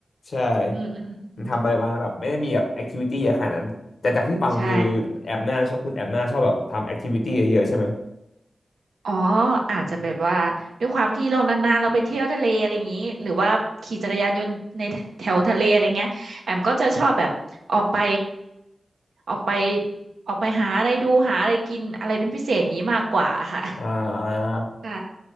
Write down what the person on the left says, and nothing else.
ใช่
มันทำอะไรมาแบบไม่ได้มีแบบแอคทิวิตี้เยอะขนาดนั้นแต่จากที่ฟังคือ
แอบหน้าชอบคุณแอบหน้าชอบแบบทำแอคทิวิตี้เยอะๆใช่ไหม
อ่า